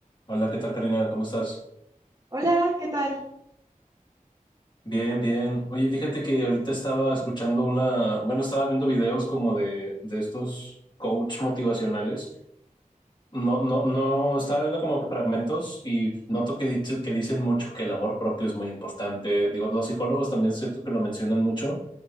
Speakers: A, on the left; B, on the right.
A: Hola, ¿qué tal, Karina? ¿Cómo estás?
B: Hola, ¿qué tal?
A: Bien, bien. Oye, fíjate que ahorita estaba escuchando una, bueno, estaba viendo videos como de, de estos coach motivacionales. No, no, no, estaba viendo como fragmentos y noto que, dice- que dicen mucho que el amor propio es muy importante. Digo, los psicólogos también siento que lo mencionan mucho.